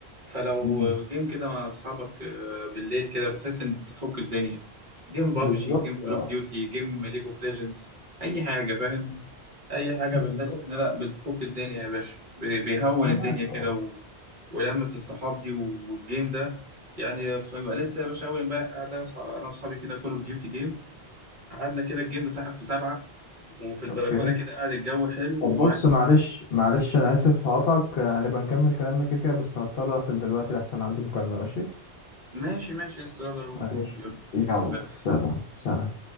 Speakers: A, on the right; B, on the left.
A: فلو
B: <laughs> مم.
A: جيم كده مع اصحابك آه، بالليل كده بتحس ان بتفك الدنيا جيم بابجي
B: بالظبط
A: جيم كول
B: اه
A: اوف ديوتي جيم ليج اوف ليجندز اي حاجه فاهم اي حاجه
B: بالظبط
A: بتحس ان لا بتفك الدنيا يا باشا بي- بيهون
B: انا
A: الدنيا
B: معاك
A: كده
B: اه
A: و... ولمة الصحاب دي و- والجيم ده يعني ف- لسه يا باشا اول امبارح قاعد انا وأصح- أنا واصحابي كده كول اوف ديوتي جيم قعدنا كده الجيم ده سحب في سبعه وفي البلكونه
B: اوكي
A: كده قاعد الجو حلو
B: طب
A: ومعاك
B: بص معلش معلش انا اسف هقطعك هنبقى نكمل كلامنا كده كده بس هضطر اقفل دلوقتي لحسن عندي مكالمة ماشي
A: ماشي ماشي يا اسطى يلا روح
B: ماشي
A: روح يلا
B: يلا
A: سلام
B: سلام سلام